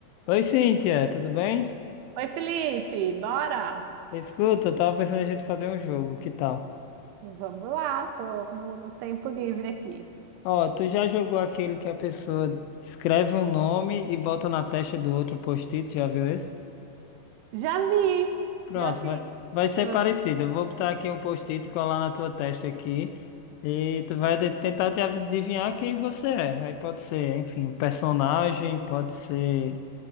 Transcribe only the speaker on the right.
Oi, Felipe, bora?
Vamos lá, tô no, no tempo livre aqui.
Já vi,
já vi.
Ah,